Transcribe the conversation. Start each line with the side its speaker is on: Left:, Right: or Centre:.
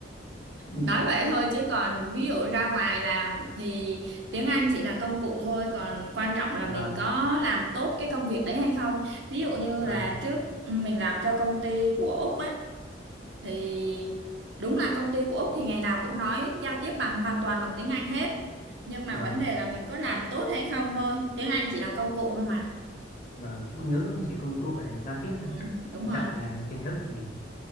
Left: Ừ,
Right: Nói vậy thôi chứ còn ví dụ ra ngoài làm thì tiếng Anh chỉ là công cụ thôi còn quan trọng là
Left: Vâng,
Right: mình có làm tốt cái công việc đấy hay không. Ví dụ như
Left: vâng,
Right: là trước mình làm cho công ty của Úc á thì đúng là công ty của Úc thì ngày nào cũng nói giao tiếp bằng hoàn toàn bằng tiếng Anh hết. Nhưng mà
Left: vâng,
Right: vấn
Left: ạ,
Right: đề là mình có làm tốt hay không thôi. Tiếng Anh chỉ là công cụ thôi mà.
Left: vâng. Ngôn ngữ cũng chỉ công cụ để giao tiếp,
Right: Ừ, đúng
Left: quan
Right: rồi.
Left: trọng là kiến thức của mình.